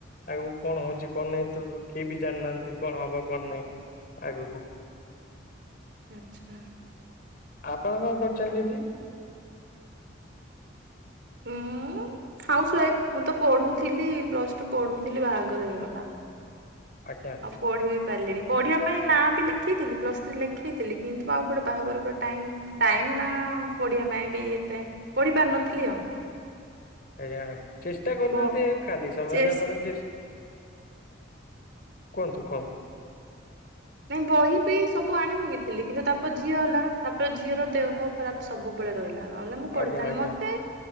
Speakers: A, on the left; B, on the right.
A: ଆଗୁକୁ କଣ ହଉଚି କଣ ନାଇଁ ତ କିଏ ବି ଜାଣିନାହାନ୍ତି କଣ ହବ କଣ ନାଇଁ। ଆଗୁକୁ।
B: ଆଚ୍ଛା।
A: ଆପଣ କଣ କରୁଚନ୍ତି ଦିଦି?
B: ମୁଁ ହାଉସ୍ ୱାଇଫ୍। ମୁଁ ତ ପଢୁଥିଲି ପ୍ଲସଟୁ ପଢୁଥିଲି ବାହାଘର ହେଇଗଲା।
A: ଆଜ୍ଞା।
B: ପଢିବି ପାରିଲିନି ପଢିବା ପାଇଁ ନାଁ ବି ଲେଖେଇଥିଲି ପ୍ଲସ୍ ଥ୍ରୀ ଲେଖେଇଥିଲି କିନ୍ତୁ ଆଉ ଗୋଟେ ବାହାଘର ପରେ ଟାଇମ୍ ଟାଇମ୍ ନା ପଢିବା ପାଇଁ ବି ଏତେ ପଢି ପାରିନଥିଲି ଆଉ।
A: ଆଜ୍ଞା ଚେଷ୍ଟା କରୁନାହାନ୍ତି
B: ବ
A: ଖାଲି ସମୟରେ
B: ଚେସ୍
A: ଆପଣ ଚେଷ୍ କୁହନ୍ତୁ କୁହନ୍ତୁ?
B: ନାଇଁ ବହି ବି ସବୁ ଆଣିପକେଇଥିଲି କିନ୍ତୁ ତାପରେ ଝିଅ ହେଲା ତାପରେ ଝିଅର ଦେହ ଖରାପ ସବୁବେଳେ ରହିଲା। ତା ନହେଲେ ମୁଁ ପଢିଥାନ୍ତି
A: ଆଜ୍ଞା ଆଜ୍ଞା
B: ମତେ